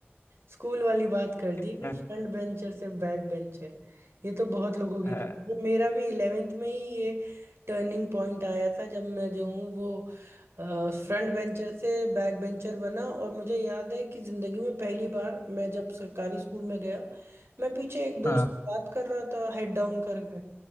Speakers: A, on the right (about 80°); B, on the left (about 70°).
A: स्कूल वाली बात कर दी
B: <laughs>
A: कि फ्रंट बेंचर से बैक बेंच है ये तो बहुत लोगों की
B: हाँ
A: कहानी है मेरा भी इलेवेंथ में ही ये टर्निंग पॉइंट आया था जब मैं जो हूँ वो फ्रंट बेंचर से बैक बेंचर बना और मुझे याद है कि ज़िंदगी में पहली बार मैं जब सरकारी स्कूल में गया मैं पीछे एक दोस्त
B: हाँ
A: से बात कर रहा था हेड डाउन करके